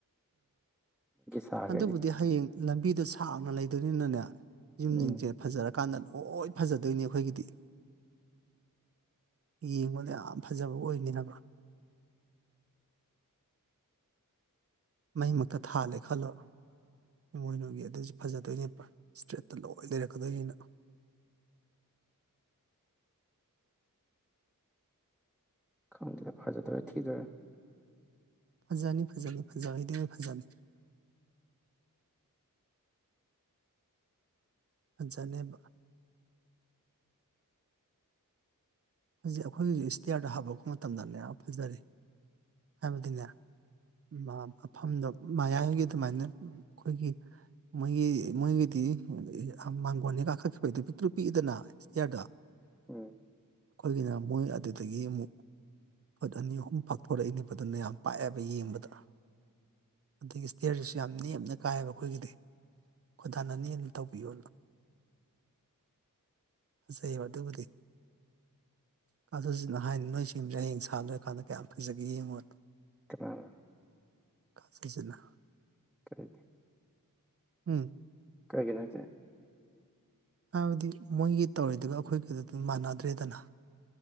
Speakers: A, in the centre; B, on the right.
A: ꯁꯥꯈ꯭ꯔꯗꯤ
B: ꯑꯗꯨꯕꯨꯗꯤ ꯍꯌꯦꯡ ꯂꯝꯕꯤꯗꯣ ꯁꯥꯡꯅ ꯂꯩꯕ <unintelligible> ꯌꯨꯝ
A: ꯎꯝ
B: ꯖꯤꯡꯖꯦ ꯐꯖꯔꯛ ꯀꯥꯟꯗ ꯂꯣꯏ ꯐꯖꯗꯣꯏꯅꯤ ꯈꯣꯏꯒꯤꯗꯤ ꯌꯦꯡꯕꯗ ꯌꯥꯝ ꯐꯖꯕ ꯑꯣꯏꯅꯤꯕ ꯍꯥꯏꯕ꯫ ꯃꯩ ꯃꯛꯇ ꯊꯥꯜꯂꯦ ꯈꯜꯂꯣ ꯏꯃꯣꯏꯅꯨꯒꯤ ꯑꯗꯨꯁꯨ ꯐꯖꯗꯣꯏꯅꯦꯕ ꯏꯁꯇꯔꯦꯠ ꯇ ꯂꯣꯏꯅ ꯂꯩꯔꯛꯀꯗꯣꯏꯅꯤꯅ꯫
A: ꯈꯪꯗꯦꯗ ꯐꯖꯗꯣꯏꯔ ꯊꯤꯗꯣꯏꯔ꯫
B: ꯐꯖꯅꯤ ꯐꯖꯅꯤ ꯐꯖꯕꯩꯗꯤ ꯂꯣꯏ ꯐꯖꯅꯤ꯫ ꯐꯖꯅꯦꯕ꯫ ꯍꯧꯖꯛ ꯑꯩꯈꯣꯏꯒꯤꯖꯨ ꯏꯁꯇꯤꯌꯥꯔꯗ ꯍꯥꯞꯄꯛꯄ ꯃꯇꯝꯗꯅꯦ ꯐꯖꯔꯦ ꯍꯥꯏꯕꯗꯤꯅꯦ ꯃ ꯃꯐꯝꯗꯣ ꯃꯌꯥꯏꯒꯤ ꯑꯗꯨꯃꯥꯏꯅ ꯑꯈꯣꯏꯒꯤ ꯃꯣꯏꯒꯤ ꯃꯣꯏꯒꯤꯗꯤ ꯃꯥꯡꯒꯣꯟꯗꯩ ꯀꯥꯈꯠꯈꯤꯕꯩꯗꯣ ꯄꯤꯛꯇꯔꯨ ꯄꯤꯛ ꯏ ꯗꯅ ꯏꯁꯇꯤꯌꯥꯔꯗꯣ
A: ꯎꯝ
B: ꯑꯩꯈꯣꯏꯒꯤꯅ ꯃꯣꯏ ꯑꯗꯨꯗꯒꯤ ꯃꯨꯛ ꯐꯨꯠ ꯑꯅꯤ ꯑꯍꯨꯝ ꯄꯥꯛꯊꯣꯔꯛ ꯏ ꯗꯅ ꯑꯗꯨꯅ ꯌꯥꯝ ꯄꯥꯛꯑꯦꯕ ꯌꯦꯡꯕꯗ ꯑꯗꯩ ꯏꯁꯇꯤꯌꯥꯔꯗꯨꯁꯨ ꯌꯥꯝ ꯅꯦꯝꯅ ꯀꯥꯏꯑꯕ ꯑꯩꯈꯣꯏꯒꯤꯗꯤ ꯈꯨꯊꯥꯟ ꯑꯅꯤ ꯑꯝ ꯊꯧꯕꯤꯌꯨ ꯐꯖꯩꯑꯕ ꯑꯗꯨꯕꯨꯗꯤ꯫ ꯀꯥ ꯁꯥꯖꯤꯠꯅ ꯍꯥꯏꯅꯤ ꯅꯣꯏ ꯁꯤꯝꯖꯦ ꯁꯥꯂꯣꯏꯔꯀꯥꯟꯗ ꯀꯌꯥꯝ ꯐꯖꯒꯦ ꯌꯦꯡꯉꯣꯅ꯫
A: ꯀꯅꯥꯅ꯫
B: ꯀꯥ ꯁꯟꯖꯤꯠꯅ꯫
A: ꯀꯩꯒꯤ꯫
B: ꯍꯨꯝ
A: ꯀꯩꯒꯤꯅꯣꯖꯦ꯫
B: ꯍꯥꯏꯕꯗꯤ ꯃꯣꯏꯒꯤ ꯇꯧꯔꯤꯗꯨꯒ ꯑꯩꯈꯣꯏꯒꯤꯗꯨ ꯃꯥꯅꯗꯔꯦꯗꯅ